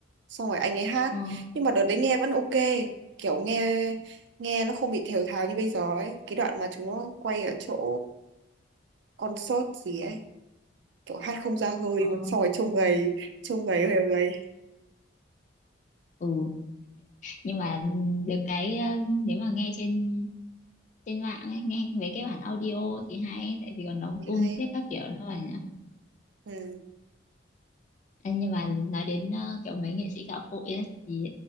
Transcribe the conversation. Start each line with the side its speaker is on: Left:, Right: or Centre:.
Right: xong rồi anh ấy hát
Left: ờ
Right: nhưng mà đợt đấy nghe vẫn ok kiểu nghe nghe nó không bị thều thào như bây giờ ấy cái đoạn mà chúng nó quay ở chỗ concert gì ấy kiểu hát không ra hơi
Left: ờ
Right: luôn xong rồi trông gầy trông gầy hơi gầy
Left: ừ nhưng mà được cái ờ, nếu mà nghe trên trên mạng ấy, nghe mấy cái bản audio thì hay tại vì còn đóng
Right: Thấy
Left: tune
Right: hay
Left: thế các kiểu nữa mà nhỉ
Right: ừ.
Left: Ê, nhưng mà nói đến ờ, kiểu mấy nghệ sĩ gạo cội ấy, thì